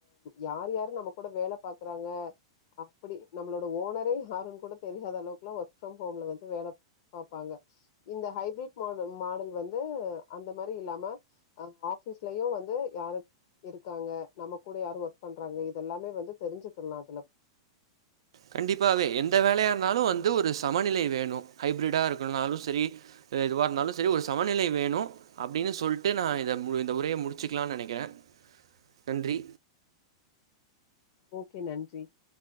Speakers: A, on the left (about 45°); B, on the right (about 85°).
A: யார் யாரரு நம்ம கூட வேல பாக்குறாங்க அப்டி நம்மளோட ஓனர யாருன்ன கூட தெரியாத அளவுக்லா ஒர்க் ஃப்ரம் ஹோம்ல வந்து வேல பாப்பாங்க இந்த ஹைபிரிட் மாடல் மாடல் வந்து அந்த மாரி இல்லாம அ ஆஃபீஸ்லயு வந்து யாரு இருக்காங்க நம்ம கூட யாரு ஒர்க் பண்றாங்க இதெல்லாமே வந்து தெரிஞ்சுக்கின்னு அதுல
B: கண்டிப்பாவே எந்த வேலையா இருந்தாலும் வந்து ஒரு சமநிலை வேணும் ஹைப்ரிடா இருக்கனாலும் சரி. ஏ எதுவாயிருந்தாலும் சரி ஒரு சமநிலை வேணு. அப்படின்னு சொல்ட்டு நா இத மு இந்த உரைய முடிச்சிக்கலானு நெனைக்கிற நன்றி
A: ஓகே நன்றி